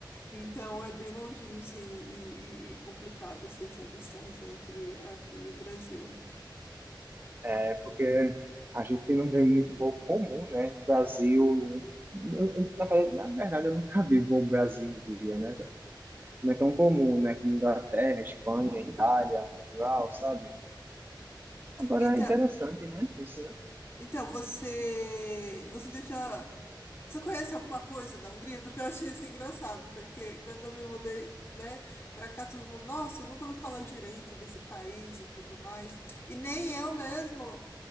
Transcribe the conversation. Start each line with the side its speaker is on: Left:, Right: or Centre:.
Left: Então é bem longinho, sim, e, e- e complicado assim, essa distância entre aqui e o Brasil.
Right: É porque a gente não vê muito voo comum, né? Brasil. Na, na verdade, eu nunca vi voo brasil via, né? Não é tão comum, né? Como Inglaterra, Espanha, Itália, Portugal, sabe? Agora
Left: Então.
Right: é interessante, né? Isso, né?
Left: Então, você, você já tinha, você conhece alguma coisa da Hungria? Porque eu achei isso engraçado, porque quando eu me mudei, né, para cá, todo mundo, nossa, eu nunca ouvi falar direito desse país e tudo mais. E nem eu mesmo